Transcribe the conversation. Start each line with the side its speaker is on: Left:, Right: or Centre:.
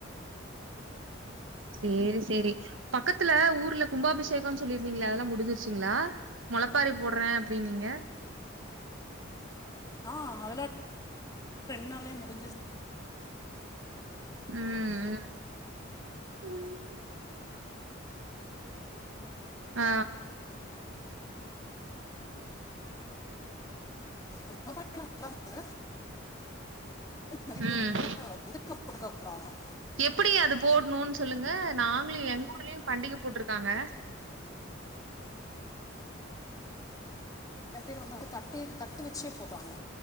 Right: சேரி சேரி பக்கத்துல ஊர்ல கும்பாபிஷேகம் சொல்லிருந்தீங்கள அதெல்லா முடிஞ்சிருச்சிங்களா மொளப்பாரி போட்றே அப்டீனிங்க
Left: ஆ அதலா ரெண்டு நாள்ளயே முடிஞ்சிருச்சுங்க
Right: ஆ அ உம் ஆ
Left: அப்ப தா நல்லா இருந்தது நிறைய
Right: அ
Left: வந்து ஒதுக்க போட்டுக்க கூடாதான்
Right: எப்டி அது போட்ணுன்னு சொல்லுங்க நா தோழி எங்க ஊர்லயு பண்டிக போட்டுருக்காங்க
Left: கத்திற வந்தோகு கத் து தட்டு வெச்சே போட்டாங்க